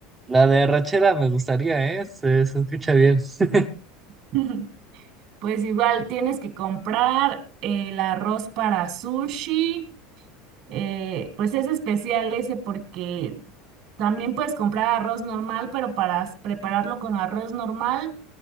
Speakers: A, on the right (about 15°); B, on the right (about 60°).
A: la de arrachera me gustaría, ¿eh? Se, se escucha bien. <laughs>
B: <laughs> Pues igual tienes que comprar el arroz para sushi, Eh, pues es especial ese porque también puedes comprar arroz normal, pero para s- prepararlo con arroz normal